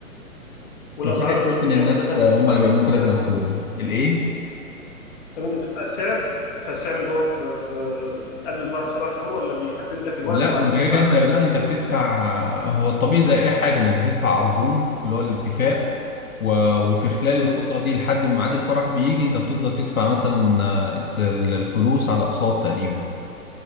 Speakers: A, on the left; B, on the left.
A: والاسعار
B: وفجأة تحس إن
A: يعني
B: الناس
A: انت مثلا
B: آه،
A: بتدفع
B: هم اللي
A: السعر
B: بيعملوا كده في نفسهم
A: و...
B: الإيه؟
A: طب انت بتدفع السعر بتدفع السعر اللي هو في, في قبل الفرح بسبع شهور ولا بيحدد لك الوقت
B: لا
A: وبعدين
B: انت
A: تدفع
B: كده كده انت
A: ساعتها
B: لا
A: ب-
B: انت بتدفع
A: بسعر
B: آه، هو الطبيعي زي اي حاجه انك بتدفع عربون اللي هو الاتفاق و... وفي خلال
A: امم
B: الفتره دي لحد ما ميعاد الفرح بيجي انت بتفضل تدفع مثلا آه، الس- الفلوس على اقساط تقريبا